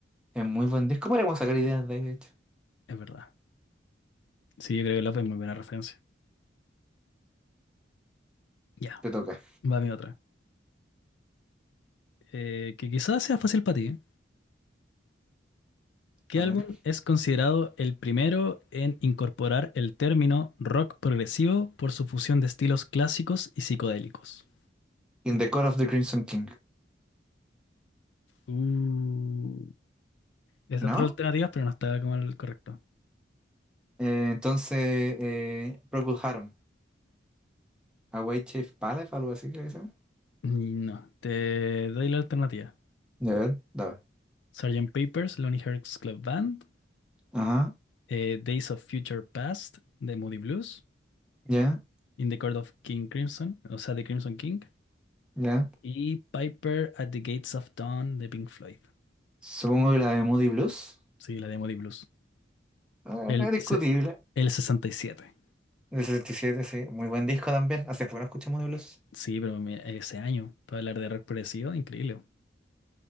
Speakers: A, in the centre; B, on the left.
A: Es muy buen disco. Podríamos sacar ideas de ahí, de hecho.
B: Es verdad. Sí, yo creo que Love es muy buena referencia. Ya,
A: Te toca.
B: va mi otra. Eh, que quizás sea fácil para ti. ¿eh? ¿Qué
A: A
B: álbum
A: ver.
B: es considerado el primero en incorporar el término rock progresivo por su fusión de estilos clásicos y psicodélicos?
A: In the Court of the Crimson King.
B: Uh, están
A: ¿No?
B: tres alternativas, pero no está como el correcto.
A: Eh, entonces, eh, Procol Harum. Away Chief Palace, algo así, creo que se llama.
B: Mm, No, te doy la alternativa.
A: Ya ver, dale.
B: sergeant Papers, Lonely Hearts Club Band,
A: Ajá.
B: eh, Days of Future Past de Moody Blues,
A: Ya,
B: In the Court of King Crimson, o sea, de Crimson King,
A: ya.
B: y Piper at the Gates of Dawn de Pink Floyd.
A: Supongo que la de Moody Blues.
B: Sí, la de Moody Blues.
A: Eh,
B: El,
A: discutible.
B: se- el sesenta y siete,
A: Del 77, sí. Muy buen disco también. Hace poco no escuchamos de blues.
B: Sí, pero mira, ese año, para hablar de rock progresivo, increíble.